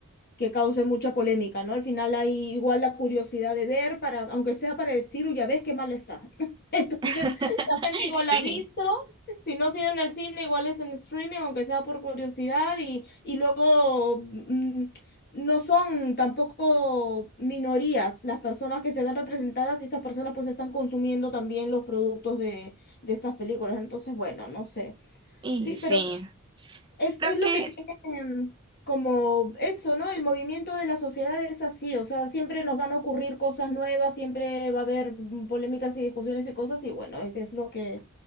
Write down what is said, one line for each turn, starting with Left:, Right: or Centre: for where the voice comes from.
Left: que cause mucha polémica, ¿no? Al final hay igual la curiosidad de ver, para, aunque sea para decir, uy, ya ves qué mal está. <laughs> Entonces,
Right: <laughs>
Left: la gente igual
Right: Sí,
Left: la ha visto, si no ha sido en el cine, igual es en streaming, aunque sea por curiosidad, y, y luego mm, no son tampoco minorías las personas que se ven representadas y estas personas pues están consumiendo también los productos de, de estas películas. Entonces, bueno, no sé.
Right: y
Left: Sí,
Right: sí,
Left: pero es,
Right: creo
Left: es lo
Right: que
Left: que tiene em, como eso, ¿no? El movimiento de la sociedad es así, o sea, siempre nos van a ocurrir cosas nuevas, siempre va a haber mm, polémicas y discusiones y cosas, y bueno, es, es lo que